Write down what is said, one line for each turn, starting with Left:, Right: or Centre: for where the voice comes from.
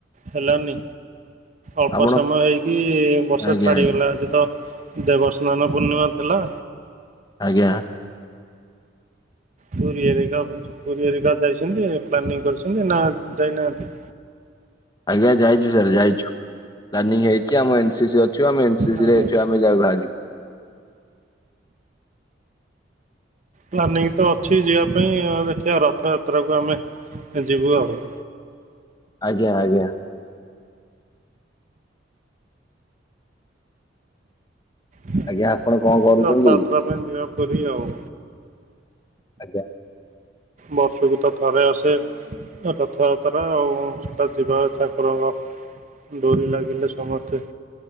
Right: ହେଲାନି ଅଳ୍ପ
Left: ଆପଣ
Right: ସମୟ ହେଇକି ବର୍ଷା
Left: ଆଜ୍ଞା
Right: ଛାଡିଗଲା
Left: ଆଜ୍ଞା
Right: ଆଜି ତ ଦେବ ସ୍ନାନ ପୂର୍ଣ୍ଣିମା ଥିଲା।
Left: ଆଜ୍ଞା।
Right: ପୁରୀ ଏରିକା ପୁରୀ ଏରିକା ଯାଇଛନ୍ତି ପ୍ଲାନିଂ କରିଛନ୍ତି ନା ଯାଇନାହାନ୍ତି।
Left: ଆଜ୍ଞା ଯାଇଛୁ ସାର୍ ଯାଇଛୁ ପ୍ଲାନିଂ ହେଇଛି ଆମ ଏନ ସି ସି ଅଛୁ ଆମେ ଏନ ସି
Right: ଆଜ୍ଞା
Left: ସି ରେ କ୍ୟାମ୍ପ ଆମେ ଯାଉ ବାହାରିବୁ।
Right: ପ୍ଲାନିଂ ତ ଅଛି ଯିବା ପାଇଁ ଦେଖିବା ରଥଯାତ୍ରାକୁ ଆମେ ଯିବୁ ଆଉ।
Left: ଆଜ୍ଞା ଆଜ୍ଞା।
Right: ହୁଁ
Left: ଆଜ୍ଞା ଆପଣ କଣ କରୁଛନ୍ତି?
Right: ରଥଯାତ୍ରା ପାଇଁ ଯିବା ପୁରୀ ଆଉ
Left: ଆଜ୍ଞା।
Right: ବର୍ଷକୁ ତ ଥରେ ଆସେ ରଥଯାତ୍ରା ଆଉ ସେଟା ଯିବା ଇଚ୍ଛା ଠାକୁରଙ୍କ ଡୋରି ଲାଗିଲେ ସମସ୍ତେ